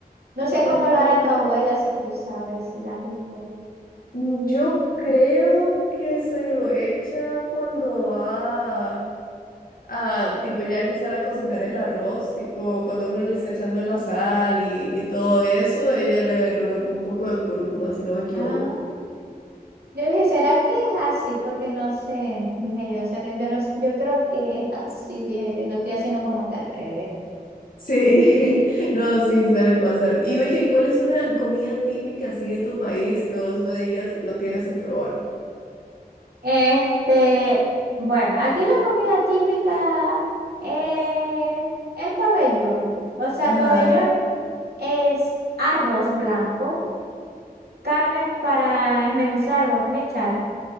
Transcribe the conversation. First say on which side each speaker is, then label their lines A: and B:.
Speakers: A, on the right; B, on the left.
A: No
B: Mm,
A: sé cómo lo hará tu abuela, si tú sabes, si la has visto.
B: Yo creo que se lo echa cuando va a, tipo, ya empezar a cocinar el arroz, tipo, cuando uno le está echando la sal y, y todo eso, ella le revuelve un poco de cúrcuma, si no me equivoco.
A: Ah, Yo dije, ¿será que es así? Porque no sé, dije yo, ¿será? Yo no, s- yo creo que es así, dije yo, lo estoy haciendo como que al revés.
B: Sí, <laughs> no, sí, suele pasar. Y oye, ¿cuál es una comida típica así de tu país que vos me digas la tienes que probar?
A: Este, bueno, aquí la comida típica es el pabellón. O sea,
B: Ajá,
A: el pabellón es arroz blanco, carne para esmenuzar o esmechar.